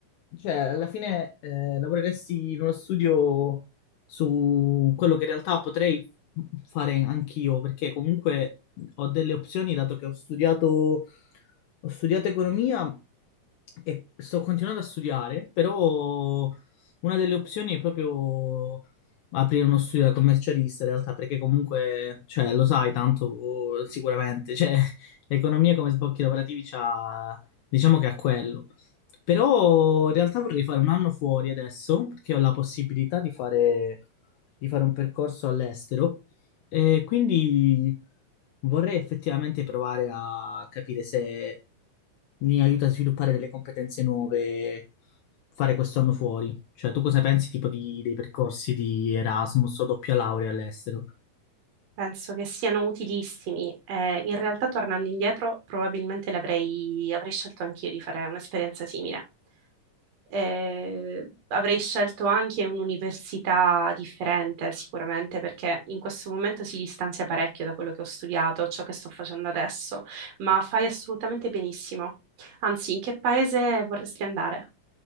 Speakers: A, on the left; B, on the right.
A: cioè alla fine eh, lavoreresti in uno studio su quello che in realtà potrei fare anch'io, perché comunque ho delle opzioni, dato che ho studiato, ho studiato economia e sto continuando a studiare, però una delle opzioni è proprio aprire uno studio da commercialista in realtà, perché comunque, cioè, lo sai tanto sicuramente, <laughs> cioè, l'economia come sbocchi lavorativi c'ha, diciamo che ha quello. Però in realtà vorrei fare un anno fuori adesso, perché ho la possibilità di fare, di fare un percorso all'estero. E quindi vorrei effettivamente provare a capire se mi aiuta a sviluppare delle competenze nuove fare questo anno fuori. Cioè, tu cosa pensi tipo di- dei percorsi di Erasmus o doppia laurea all'estero?
B: Penso che siano utilissimi. Eh, in realtà, tornando indietro, probabilmente l'avrei- avrei scelto anch'io di fare un'esperienza simile. Eh, avrei scelto anche un'università differente, sicuramente, perché in questo momento si distanzia parecchio da quello che ho studiato, ciò che sto facendo adesso, ma fai assolutamente benissimo. Anzi, in che paese vorresti andare?